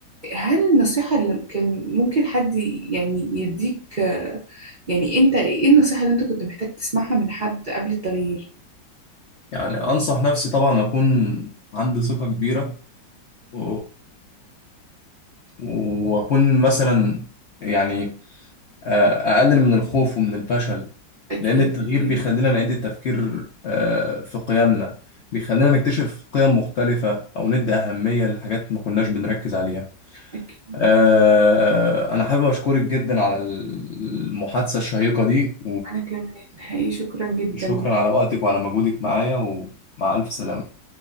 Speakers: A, on the right; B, on the left.
A: هل النصيحة اللي كان ممكن حد يعني يديك آه، يعني انت ايه النصيحة اللي انت كنت محتاج تسمعها من حد قبل التغيير؟
B: يعني أنصح نفسي طبعا أكون عندي ثقة كبيرة و... وأكون مثلا يعني آه، أقلل من الخوف ومن الفشل
A: أكيد
B: لأن التغيير
A: أكيد
B: بيخلينا نعيد التفكير آه، في قيمنا بيخلينا نكتشف قيم مختلفة أو ندي أهمية لحاجات ما كناش بنركز عليها
A: أكيد
B: آه، أنا حابب أشكرك جدا على المحادثة الشيقة دي
A: أنا كمان نهائي شكرا جدا
B: وشكرا على وقتك وعلى مجهودك معايا ومع ألف سلامة